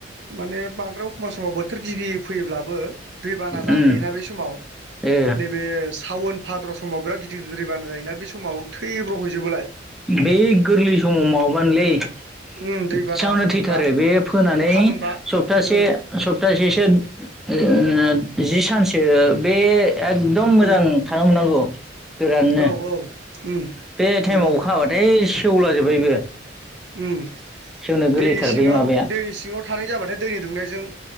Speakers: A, on the right; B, in the centre.
A: माने बांद्राय एखमब्ला समाव बोथोर गिबि फोयोब्लाबो दै बाना जाहैयोना
B: उम
A: बे समाव
B: ओ
A: नैबे सावन भाद्र' समाव बिराद गिदिर गिदिर दै बाना जायोना बे समाव थैब्र' हैैजोबोलाय।
B: बे गोरलै समाव माबानोलै
A: उम दैबानाफोर
B: इसेयावनो थैथारो
A: मोनबा
B: बे फोनानै
A: अखा मोनबा
B: सप्तासे
A: ओ
B: सप्तासेसो ओ जि सानसो बे एकदम मोजां
A: उम
B: थानो मोननांगौ। गोराननो
A: औ औ उम
B: बे टाइमाव
A: नंगौ
B: अखा हाबाथाय सेवला जोब्बायबो।
A: उम।
B: सेवनो गोरलैथारबै
A: दैनि सिङाव
B: माबाया
A: दैनि सिङाव थानाय जाबाथाय दैनि दुंनायजों